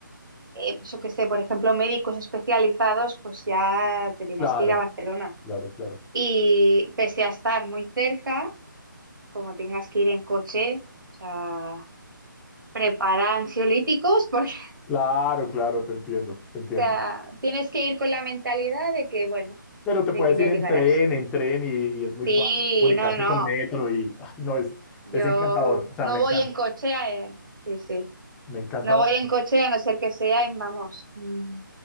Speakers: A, on the right; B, in the centre.
A: eh, pues yo qué sé, por ejemplo, médicos especializados, pues ya te tienes
B: claro,
A: que ir a Barcelona.
B: claro, claro.
A: Y pese a estar muy cerca, como tengas que ir en coche, o sea, prepara ansiolíticos porque <laughs>
B: Claro, claro, te entiendo, te entiendo.
A: o sea, tienes que ir con la mentalidad de que, bueno,
B: Pero te
A: de
B: puedes
A: que ya
B: ir
A: llegarás.
B: en tren, en tren y, y es muy
A: Sí,
B: fácil comunicarse
A: no, no,
B: con metro y ah, no, es,
A: yo
B: es encantador, o sea,
A: no
B: me
A: voy
B: encanta,
A: en coche, eh, sí, sí.
B: me encanta.
A: No
B: Barcelona.
A: voy en coche a no ser que sea, en- vamos, mm,